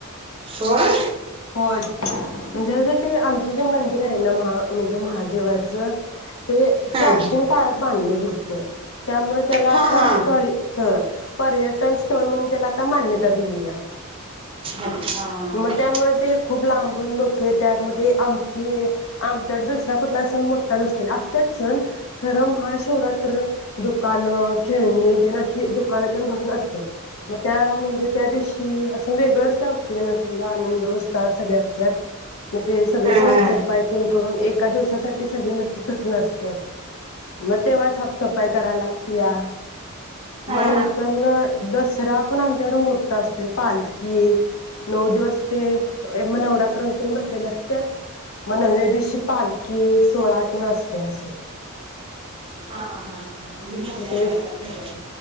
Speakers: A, on the right; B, on the left.
A: होय.
B: होय म्हणजे ते आमच जे मंदिर आहे ना महा म्हणजे महादेवाचं ते
A: हा
B: प्राचीन काळात बांधलेलं होतं. त्यामुळे त्याला आता
A: हा हा
B: पर्य पर्यटन स्थळ म्हणून त्याला आता मान्यता दिली या
A: अच्छा हा
B: मग त्यामुळे ते खूप लांबून लोक येत्यात मग ते आमची आमच्या दुसरा कुठला सण मोठा नसत, असतच सण खरं महा शिवरात्र दुकानं खेळणी ते अशी दुकानात भरून असतात मग त्या म्हणजे, त्या दिवशी असं वेगळंच काय उत्तेजन म्हजे आनंदतअस सगळे असतात मग ते सगळे
A: हा
B: साफसफाई प करून एका दिवसासाठी सगळे नट तटन असतात मग तेव्हा साफसफाई कराय लागते, या मग
A: हा हा
B: नंतर दसरा पण आमच्याकड मोठा असतो पालखी नऊ दिवस ते मग नवरात्रतीन बसलेले असतात. मग नव्या दिवशी पालखी सोळा ते असते अस.
A: हा हा म्हणजे मोठ्या
B: म तेच
A: करतात सगळं